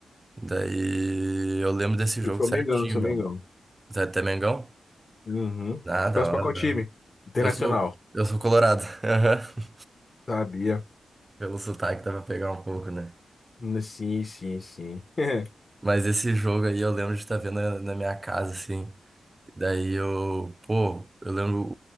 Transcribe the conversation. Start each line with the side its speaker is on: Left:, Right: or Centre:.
Right: Daí eu lembro desse jogo
Left: Eu sou
Right: certinho,
Left: Mengão, eu sou
Right: meu.
Left: Mengão.
Right: Zé até Mengão?
Left: Uhum.
Right: Ah, da
Left: Torce pra
Right: hora,
Left: qual
Right: da
Left: time?
Right: hora.
Left: Internacional.
Right: Eu sou, eu sou colorado. <laughs>
Left: Sabia.
Right: Pelo sotaque dá pra pegar um pouco, né?
Left: Hum, Sim, sim, sim. <laughs>
Right: Mas esse jogo aí eu lembro de estar vendo na, na minha casa, assim. Daí eu, pô, eu lembro